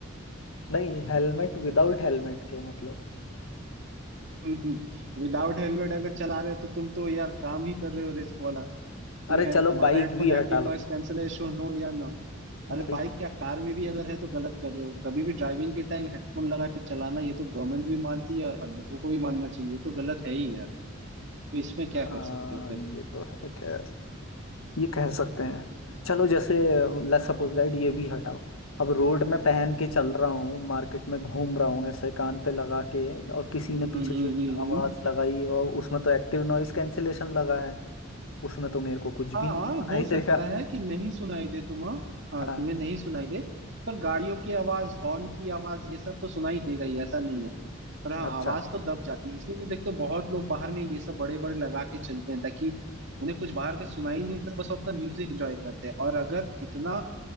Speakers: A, on the left; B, on the right.
A: नहीं हेलमेट विदाउट हेलमेट के मतलब
B: <laughs> विदाउट हेलमेट अगर चला रहे हो तो तुम तो यार काम ही कर रहे हो रिस्क वाला तुम
A: अरे
B: है
A: चलो
B: तुम्हारा
A: बाइक
B: हेडफोन
A: भी हटा
B: एक्टिव
A: लो
B: नॉइस कैंसलेशन हो या ना
A: बाइक
B: अरे बाइक क्या कार में भी अगर है तो गलत कर रहे हो कभी भी ड्राइविंग के टाइम हेडफोन लगा के चलाना ये तो गवर्नमेंट भी मानती है और हम लोगों को भी मानना चाहिए ये तो गलत है ही यार तो इसमें क्या
A: हाँ
B: कर सकते हो फिर
A: ये तो है खैर ये कह सकते हैं चलो जैसे लेट्स सपोज दैट ये भी हटाओ अब रोड में पहन के चल रहा हूँ मार्केट में घूम रहा हूँ ऐसे कान पे लगा के और किसी ने पीछे
B: हम्म हम्म
A: से
B: हम्म
A: आवाज
B: हम्म।
A: लगाई और उसमें तो एक्टिव नॉइस कैंसिलेशन लगा है उसमें तो मेरे को कुछ भी
B: हाँ
A: नहीं सुनाई
B: हो सकता
A: देगा
B: है कि नहीं सुनाई दे तुम्हें हाँ
A: हाँ
B: हाँ, तुम्हें नहीं सुनाई दे पर गाड़ियों की आवाज हॉर्न की आवाज ये सब तो सुनाई देगा ही ऐसा नहीं है पर हाँ
A: अच्छा
B: आवाज तो दब जाती है इसलिए तो देखते हो बहुत लोग बाहर में ये सब बड़े बड़े लगा के चलते हैं ताकि उन्हें कुछ बाहर का सुनाई नहीं देता बस वो अपना म्यूजिक एंजॉय करते हैं और अगर इतना